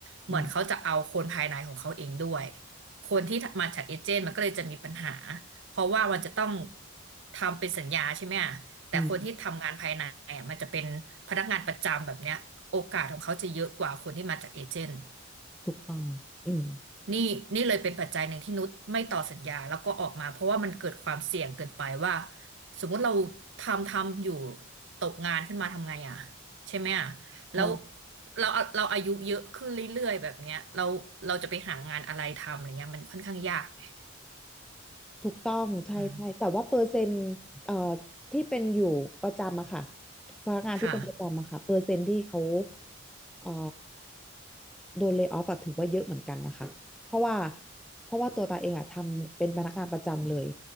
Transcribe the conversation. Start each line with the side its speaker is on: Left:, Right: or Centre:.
Right: เหมือนเขาจะเอาคนภายในของเขาเองด้วย
Centre: อืม
Right: คนที่มาจากเอเจนต์มันก็เลยจะมีปัญหาเพราะว่ามันจะต้องทำเป็นสัญญาใช่ไหมอะ แต่คนที่ทำงานภายในอ่ะมันจะเป็นพนักงานประจำแบบเนี้ยโอกาสของเขาจะเยอะกว่าคนที่มาจากเอเจนต์
Centre: อืมถูกต้องอืม
Right: นี่นี่เลยเป็นปัจจัยหนึ่งที่นุชไม่ต่อสัญญาแล้วก็ออกมาเพราะว่ามันเกิดความเสี่ยงเกินไปว่าสมมุติเราทำทำอยู่ตกงานขึ้นมาทำไงอ่ะใช่ไหมอ่ะแล้ว
Centre: ใช่
Right: เราเราอายุเยอะขึ้นเรื่อยๆแบบเนี้ยเราเราจะไปหางานอะไรทำอะไรเงี้ยมันค่อนข้างยากไง
Centre: ถูกต้องใช่ใช่แต่ว่าเปอร์เซ็นต์เอ่อ
Right: อืม
Centre: ที่เป็นอยู่ประจำอะค่ะพนักงานที่เป็นประจำอะค่ะเปอร์เซ็นต์ที่เขา
Right: ค่ะ
Centre: เอ่อโดนเล y off อะถือว่าเยอะเหมือนกันนะคะเพราะว่าเพราะว่าตัวตาเองอะทำเป็นพนักงานประจำเลย